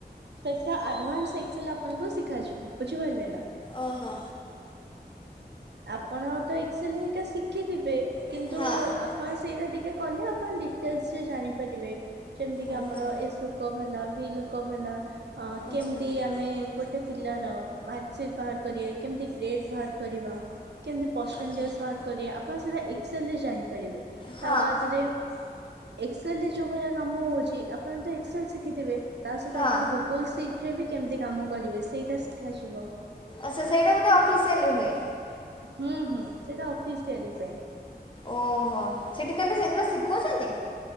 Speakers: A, on the right; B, on the left.
A: ସେଟା ଆଡଭାନ୍ସ ଏକ୍ସଲ ଆପଣଙ୍କୁ ଶିଖାଯିବ ବୁଝିପାରିଲେ ନାଁ?
B: ଓହୋ।
A: ଆପଣ ତ ଏକ୍ସେଲ ହେରିକା ଶିଖିଥିବେ କିନ୍ତୁ
B: ହଁ।
A: ଆପ୍ ଆପଣ ସେଇଟା ଟିକେ କଲେ ଆପଣ ଡିଟେଲସରେ ଜାଣିପାରିବେ ଯେମିତି
B: ଆଚ୍ଛା
A: ଆମର ଏସବୁ ଲୋକ ଭଲ ଭି ଲୋକ ଭଲ ଅଁ
B: ଆଚ୍ଛା
A: କେମତି ଆମେ ଗୋ ଗୋଟେ ପିଲାର ମାର୍କସିଟ ବାହାର କରିବା କେମିତି ଗ୍ରେଟ୍ ବାହାର କରିବା। କେମିତି ପରସେଣ୍ଟେଜ
B: ଆଚ୍ଛା
A: ବାହାରକରିବା ଆପଣ ଏକ୍ସେଲ ରେ ଜାଣିପାରିବେ
B: ହଁ
A: ତା ବାଦରେ ଏକ୍ସଲରେ ଯୋଉ ଭଳିଆ କାମ ହଉଛି ଆପଣ ତ ଏକ୍ସଲ ଶିଖିଥିବେ ତା ସହିତ
B: ହଁ
A: ଆପଣ ଗୁଗ ଲ ଶିଟି ରେ ବି କେମିତି କାମ କରିବେ ସେଇଟା ଶିଖାଯିବ।
B: ଆଚ୍ଛା ସେଇଟା ବୋଧେ ଅଫିସିଆଲି ହୁଏ।
A: ହୁଁ ହୁଁ ସେଇଟା ଅଫିସ୍ ହେଲି ପାଇଁ।
B: ଓହୋ ସେଠି ତାହେଲେ ସେଗଡ଼ାକ ଶିଖୁଉଛନ୍ତି?